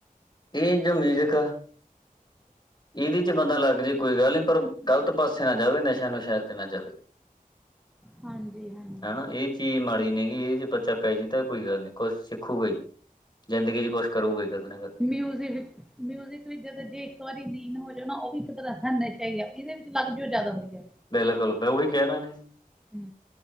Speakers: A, on the left (about 30°); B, in the centre.
A: ਏਹ ਜੋ ਮਿਊਜ਼ਕ ਆ। ਇਹਦੇ ਚ ਬੰਦਾ ਲੱਗ ਜੇ ਕੋਈ ਗੱਲ ਨੀ ਪਰ ਗ਼ਲਤ ਪਾਸੇ ਨਾ ਜਾਵੇ ਨਸ਼ਯਾਂ- ਨੁਸ਼ਯਾਂ ਚ ਨਾ ਜਾਵੇ।
B: ਹਾਂਜੀ-ਹਾਂਜੀ
A: ਹੈਨਾ ਇਹ। ਚੀਜ਼ ਮਾੜੀ ਨੀ ਹੈਗੀ। ਇਹਦੇ ਚ ਬੱਚਾ ਪੈ ਜਾਏ ਤਾਂ ਕੋਈ ਗੱਲ ਨੀ। ਕੁਛ ਖੂਗਾ ਈ। ਜ਼ਿੰਦਗੀ ਚ ਕੁਛ ਕਰੂਗਾ ਈ ਕਦੀ ਨਾ ਕਦੇ।
B: ਮਿਊਜ਼ਿ ਵਿਚ ਮਿਊਜਿਕ ਵਿੱਚ ਜਦ ਜੇ ਇੱਕ ਵਾਰੀ ਲੀਨ ਹੋ ਜੋ ਨਾ ਉਹ ਵੀ ਇੱਕ ਤਰਾਂ ਦਾ ਨਸ਼ਾ ਈ ਐ। ਇਹਦੇ ਵਿੱਚ ਲੱਗ ਜੋ ਜਾਦਾ ਵਧੀਯੈ।
A: ਬਿਲਕੁਲ। ਮੈਂ ਉਹੀ ਕਹਣਾ ਨੀ।
B: ਹੂੰ,